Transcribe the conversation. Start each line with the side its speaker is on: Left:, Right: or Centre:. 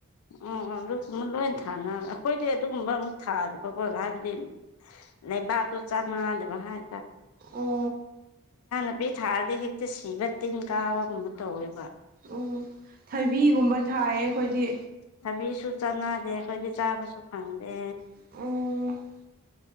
Left: ꯑꯣ ꯑꯣ ꯑꯗꯨꯒꯨꯝꯕ ꯂꯣꯏ ꯊꯥꯅ ꯑꯩꯈꯣꯏꯗꯤ ꯑꯗꯨꯒꯨꯝꯕ ꯑꯃꯨꯛ ꯊꯥꯗꯕꯀꯣ ꯍꯥꯏꯕꯗꯤ ꯂꯩꯕꯥꯛꯇꯣ ꯆꯥꯟꯅꯗꯕ ꯍꯥꯏ
Right: ꯑꯣ
Left: <unintelligible> ꯄꯤ ꯊꯥꯔꯗꯤ ꯍꯦꯛꯇ ꯁꯤꯕ ꯇꯤꯟ ꯀꯥꯕꯒꯨꯝꯕ ꯇꯧꯋꯦꯕ
Right: ꯎꯝ ꯊꯕꯤꯒꯨꯝꯕ ꯊꯥꯏꯌꯦ ꯑꯩꯈꯣꯏꯗꯤ
Left: ꯊꯕꯤꯁꯨ ꯆꯠꯅꯠ ꯗꯦ ꯑꯩꯈꯣꯏꯗꯤ ꯆꯥꯕꯁꯨ ꯐꯪꯗꯦ
Right: ꯑꯣ ꯑꯩꯈꯣꯏꯗꯤ